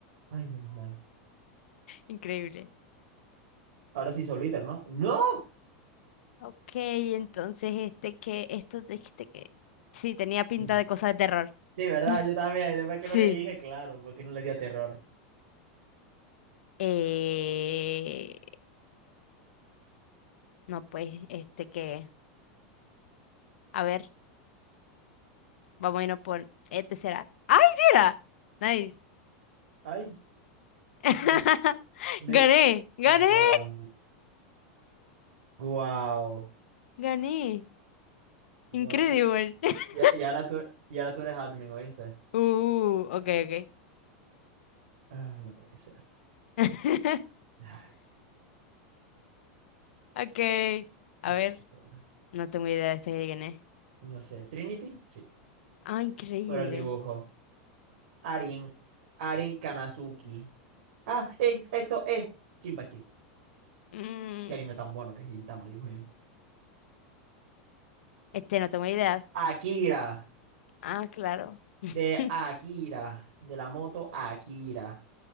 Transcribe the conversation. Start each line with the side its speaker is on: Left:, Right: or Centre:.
Right: Ay, menos mal.
Left: Increíble.
Right: Ahora sí, Soliter, ¿no? ¡No!
Left: Ok, entonces este que, esto de este que. Sí, tenía pinta
Right: Sí,
Left: de cosa de terror.
Right: Sí, verdad,
Left: <laughs>
Right: yo también. Después que
Left: Sí.
Right: no le dije, claro, porque no le di a terror.
Left: Eh... No, pues, este que. A ver. Vamos a irnos por este será. ¡Ay, sí era! Nice.
Right: Ay,
Left: <laughs>
Right: me, me-
Left: Gané, gané,
Right: guau, guau,
Left: gané.
Right: guau.
Left: Incredible.
Right: Y,
Left: <laughs>
Right: y, y ahora tú, y ahora tú eres admin, ¿oíste?
Left: Uh, ok, ok.
Right: Ah, no puede ser.
Left: <laughs>
Right: Ah,
Left: Ok. A
Right: No puede
Left: ver,
Right: ser.
Left: no tengo idea de este de quién es.
Right: No sé. ¿Trinity? Sí.
Left: Ah, increíble.
Right: Por el dibujo. Arin. Arin Kanazuki. Ah, eh, esto es. Chimpachi.
Left: Mm,
Right: Qué anime tan bueno que es Gintama, Dios mío.
Left: este no tengo idea.
Right: Akira.
Left: Ah, claro.
Right: De
Left: <laughs>
Right: Akira. De la moto Akira.